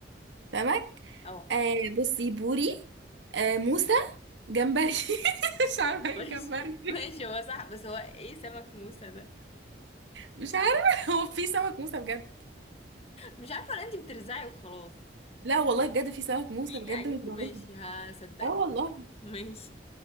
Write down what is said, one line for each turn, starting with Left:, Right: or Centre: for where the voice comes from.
Right: فاهمك
Left: اه
Right: آه بصي بوري آه موسى جمبري <laughs> مش عارفه ايه
Left: ماشي
Right: الجمبري
Left: <laughs>
Right: دي.
Left: ماشي هو صح بس هو ايه سمك موسى ده
Right: مش عارفه <laughs> هو في سمك موسى بجد
Left: مش عارفة ولا انتي بترزعي وخلاص
Right: لا والله بجد في سمك موسى
Left: في
Right: بجد
Left: يعني
Right: مش بعرفها
Left: ماشي هصدقك
Right: اه والله
Left: ماشي